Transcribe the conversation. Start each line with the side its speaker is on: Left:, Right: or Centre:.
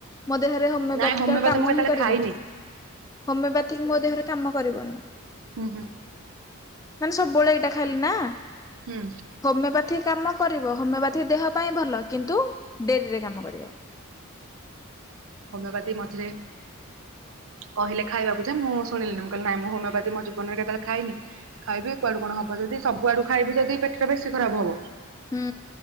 Left: ମୋ ଦେହରେ ହୋମିଓପାଥିକ
Right: ନାଇଁ ହୋମିଓପାଥି
Left: ଆଉ କାମ
Right: ମୁଁ କେତେବେଳେ
Left: ହିଁ କରିବନି,
Right: ଖାଇନି
Left: ହୋମିଓପାଥିକ ମୋ ଦେହରେ କାମ କରିବନି।
Right: ଉଁ ହୁଁ।
Left: ମାନେ ସବୁବେଳେ ଏଇଟା ଖାଇଲେ ନା
Right: ହୁଁ।
Left: ହୋମିଓପାଥି କାମ କରିବ, ହୋମିଓପାଥି ଦେହ ପାଇଁ ଭଲ କିନ୍ତୁ ଡେରିରେ କାମ କରିବ।
Right: ହୋମିଓପାଥି ମଝିରେ କହିଲେ ଖାଇବାକୁ ଯେ ମୁଁ ଶୁଣିଲିନି ମୁଁ କହିଲି ନାଇ ମୁଁ ହୋମିଓପାଥି ମୋ ଜିବନରେ କେତେବେଳେ ଖାଇନି। ଖାଇବି କୁଆଡୁ କଣ ହବ ଯଦି ସବୁଆଡୁ ଖାଇବି ଯଦି ପେଟ ଟା ବେଶୀ ଖରାପ ହବ।
Left: ହୁଁ